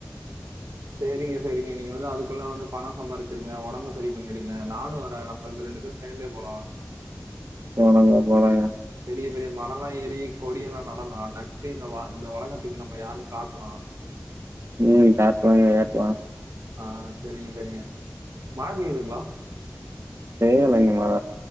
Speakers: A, on the right; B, on the right.
A: செரிங்க செரிங்க நீங்க வந்து அதுக்குள்ள வந்து பணோ சம்பாதிச்சிடுங்க உடம்பு செரி பண்ணிடுங்க நானு வரே நம்ப வந் ரெண்டு பேரு சேந்தே போலா
B: போலாங்க போலாங்க
A: பெரிய பெரிய மலல்லா ஏறி கொடியெல்லா நடலா நட்டு இந்த வ இந்த ஒலகத்துக்கு நம்ம யாருனு காட்டலா
B: ம் சாப்ட்டு வாங்க ஏத்லா
A: ஆ செரிங்க செரிங்க மழ பெய்யுதுங்ளா
B: பெய்யலெங்க மழ